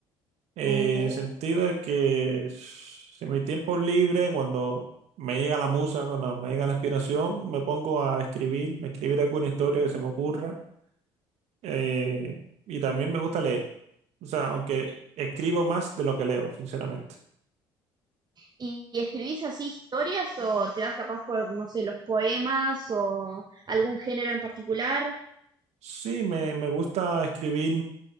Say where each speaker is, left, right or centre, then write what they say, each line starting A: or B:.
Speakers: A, on the right; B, on the right.
A: Eh,
B: Mm,
A: en el sentido de que s- en mi tiempo libre, cuando me llega la musa, cuando me llega la inspiración, me pongo a escribir, escribir alguna historia que se me ocurra eh, y también me gusta leer. O sea, aunque escribo más de lo que leo, sinceramente.
B: ¿Y y escribís así historias o te vas capaz por, no sé, los poemas o algún género en particular?
A: Sí, me, me gusta escribir